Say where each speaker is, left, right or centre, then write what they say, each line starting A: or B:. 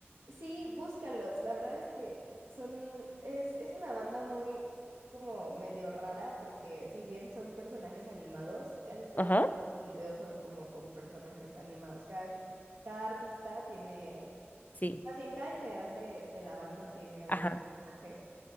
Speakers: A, on the right (about 65°); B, on the left (about 40°).
A: Sí, búscalos. La verdad es que son, es, es una banda muy como medio rara porque si bien son personajes animados, casi todos
B: Ajá,
A: los videos son como con personajes animados. Cada, cada artista tiene
B: sí,
A: Más bien, cada integrante de la banda tiene un
B: ajá.
A: personaje,